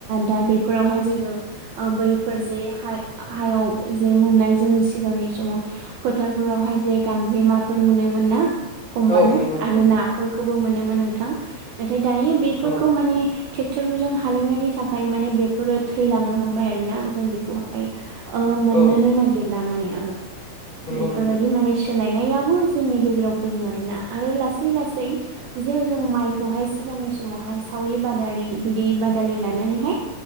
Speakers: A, on the right; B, on the left.
A: दा बेफोरावहाय जोङो ओ बैफोर जे हाय हायाव जे मोननाय जों सिगांनि समाव फोथारफोरावहाय जे गांजेमाफोर मोनोमोन ना हमबानो
B: औ नंगौ नंगौ
A: आरो नाफोर खौबो मोनोमोन नोंथां। नाथाय दायो बेफोरखौ
B: औ
A: माने टेक्टरफोरजों हालेवनायनि थाखाय माने बेफोरो थैलांनो हमबाय आरो ना जों बेखौ हाय ओ मोननोनो
B: औ
A: नागिरला माने ओ
B: नंगौ
A: बेफोरबायदि
B: नंगौ
A: माने सोलायनायाबो जोंनि गेजेराव फैदों आरो ना। आरो लासै लासै जेराव जों माइखौहाय सिगांनि समावहाय सावरि बादारि बिदि बादालि लानानैहाय